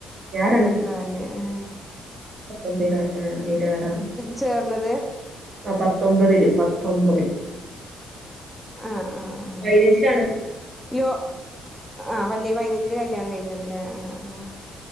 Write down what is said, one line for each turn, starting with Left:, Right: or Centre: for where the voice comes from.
Right: ഞാൻ
Centre: രണ്ടായിരത്തി നാലില് ഏേ
Right: തൊമ്പേലാ ഏ അതിലാടാണ്
Centre: ചേർന്നത്
Right: ആ പത്തൊമ്പതില് പത്തൊമ്പതില്.
Centre: ആഹ് ആഹ് ആഹ്
Right: പതിനഞ്ചിലാണല്ലോ
Centre: ലോ ആഹ് ലേ പതിനഞ്ചില് കല്യാണം കഴിഞ്ഞത്‌ലേ ആ ആ